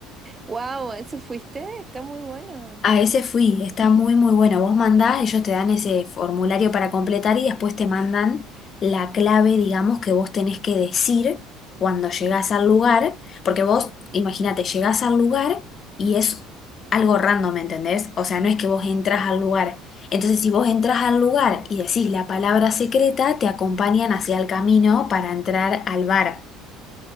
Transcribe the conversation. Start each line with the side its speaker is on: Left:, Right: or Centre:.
Right: Wow, ¿ese fuiste? Está muy bueno.
Left: A ese fui, está muy muy bueno. Vos mandás, ellos te dan ese formulario para completar y después te mandan la clave, digamos, que vos tenés que decir cuando llegás al lugar, porque vos, imagínate, llegás al lugar y es algo random, ¿me entendés? O sea, no es que vos entras al lugar. Entonces, si vos entras al lugar y decís la palabra secreta, te acompañan hacia el camino para entrar al bar.